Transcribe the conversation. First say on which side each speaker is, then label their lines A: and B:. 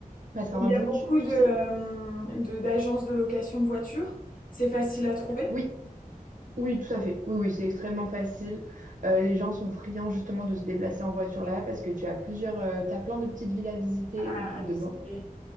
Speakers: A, on the right (about 60°); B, on the left (about 70°).
A: Parce qu'en
B: Il
A: fin
B: y
A: de
B: a
A: compte,
B: beaucoup
A: tu... tous
B: de, euh,
A: ces...
B: de- d'agences de location de voitures. C'est facile à trouver,
A: Oui, Oui, tout à fait. Oui, oui, c'est extrêmement facile. Euh, les gens sont friands justement de se déplacer en voiture là parce que tu as plusieurs, euh, tu as plein de petites villes à visiter ou
B: à
A: de, ou
B: à visiter.
A: de blan-